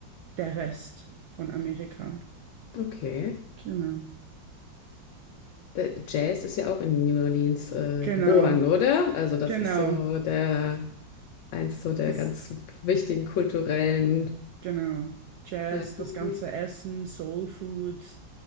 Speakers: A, on the right; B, on the left.
A: der Rest von Amerika.
B: Okay.
A: Genau,
B: Der Jazz ist ja auch in New Orleans äh,
A: genau,
B: geboren, oder? Also das
A: genau.
B: ist so der eins so
A: Das,
B: der ganz wichtigen kulturellen
A: genau. Jazz,
B: Merkmale.
A: das ganze Essen, Soul Food.